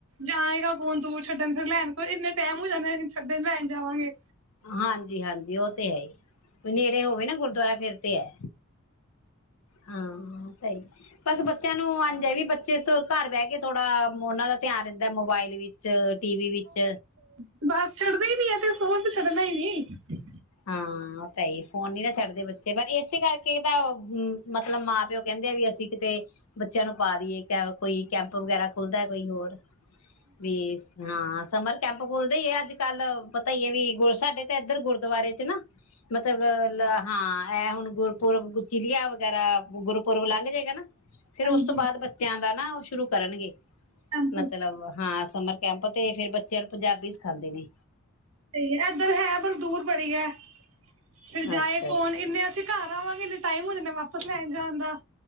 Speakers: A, on the right; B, on the left.
A: ਜਾਏਗਾ ਫੋਨ ਦੂਰ ਛੱਡਣ ਫਿਰ ਲੈਣ ਇੰਨੇ ਟਾਈਮ ਹੋ ਜਾਂਦੇ ਅਸੀ ਛੱਡਣ ਲੈਣ ਜਾਵਾਂਗੇ।
B: ਹਾਂਜੀ -ਹਾਂਜੀ ਉਹ ਤੇ ਹੈ ਹੀ। ਨੇੜੇ ਹੋਵੇ ਨਾ ਗੁਰਦੁਆਰਾ ਫਿਰ ਤੇ ਹੈ। ਹਾਂ ਸਹੀ ਬਸ ਬੱਚਿਆਂ ਨੂੰ ਅੰਜ ਵੀ ਬੱਚੇ ਘਰ ਬਹਿ ਕੇ ਥੋੜਾ ਉਹਨਾਂ ਦਾ ਧਿਆਨ ਰਹਿੰਦਾ ਮੋਬਾਇਲ ਵਿੱਚ ਟੀ ਵੀ ਵਿੱਚ
A: <inaudible> ਬੱਸ ਛੱਡਦੇ ਹੀ ਨੀ ਹੈ ਤੇ ਸੋਚ ਛੱਡਨਾ ਹੀ ਨੀ
B: ਹਾਂ ਉਹ ਤਾਂ ਫੋਨ ਨੀ ਨਾ ਛੱਡਦੇ ਬੱਚੇ ਪਰ ਇਸੇ ਕਰਕੇ ਤਾਂ ਮਤਲਬ ਮਾਂ ਪਿਓ ਕਹਿੰਦੇ ਆ ਵੀ ਅਸੀਂ ਕਿਤੇ ਬੱਚਿਆਂ ਨੂੰ ਪਾ ਦੇਈਏ ਕੋਈ ਕੈਂਪ ਵਗੈਰਾ ਖੁੱਲਦਾ ਕੋਈ ਹੋਰ ਵੀ ਹਾਂ ਸਮਰ ਕੈਂਪ ਖੋਲਦੇ ਹੀ ਆ। ਅੱਜ ਕੱਲ ਪਤਾ ਹੀ ਹੈ ਵੀ ਗੋਲ ਸਾਡੇ ਤਾਂ ਇੱਧਰ ਗੁਰਦੁਆਰੇ 'ਚ ਨਾ ਮਤਲਬ ਲ ਹਾਂ। ਇਹ ਹੁਣ ਗੁਰਪੁਰਬ ਚੀਲੀਆ ਵਗੈਰਾ ਗੁਰਪੁਰਬ ਲੰਘ ਜਾਏਗਾ ਨਾ ਫਿਰ
A: ਹਾਂਜੀ
B: ਉਸ ਤੋਂ ਬਾਅਦ ਬੱਚਿਆਂ ਦਾ ਨਾ ਉਹ ਸ਼ੁਰੂ ਕਰਨਗੇ
A: ਟੈਂਪਲ
B: ਮਤਲਬ ਹਾਂ ਸਮਰ ਕੈਂਪ ਤੇ ਫਿਰ ਬੱਚਿਆਂ ਨੂੰ ਪੰਜਾਬੀ ਸਿਖਾਂਦੇ ਨੇ
A: ਸਹੀ ਹੈ ਇੱਧਰ ਹੈ ਪਰ ਦੂਰ ਬੜੀ ਹੈ ਫਿਰ ਜਾਏ
B: ਅੱਛਾ
A: ਕੌਣ
B: ਜੀ
A: ਇੰਨੇ ਅਸੀਂ ਘਰ ਆਵਾਂਗੇ ਟਾਈਮ ਹੋਜਾ ਨੇ ਵਾਪਸ ਲੈਣ ਜਾਣ ਦਾ